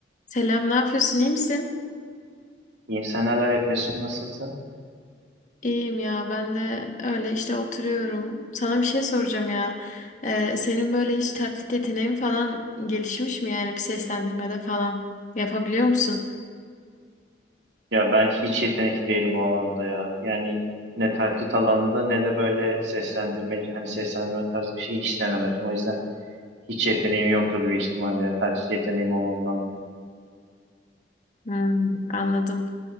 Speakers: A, on the left (about 40°); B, on the right (about 80°).
A: Selam, ne yapıyorsun? İyi misin?
B: İyiyim, sen neler yapıyorsun, nasılsın?
A: İyiyim ya, ben de öyle işte oturuyorum. Sana bir şey soracağım ya. Ee, senin böyle hiç taklit yeteneğin falan gelişmiş mi yani bir seslendirmede falan yapabiliyor musun?
B: Ya ben hiç yetenekli değilim o alanda ya. Yani ne taklit alanında ne de böyle seslendirme, hani seslendirme tarzı bir şey hiç denemedim. O yüzden hiç yeteneğim yoktur bir ihtimalle. ya, Taklit yeteneğim olmadığından dolayı.
A: Hmm, anladım.